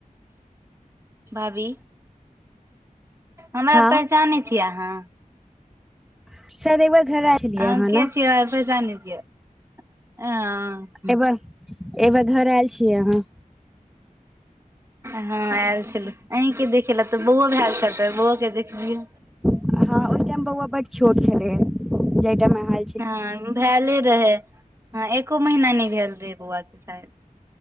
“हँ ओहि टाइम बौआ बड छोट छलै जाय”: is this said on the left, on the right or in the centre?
Centre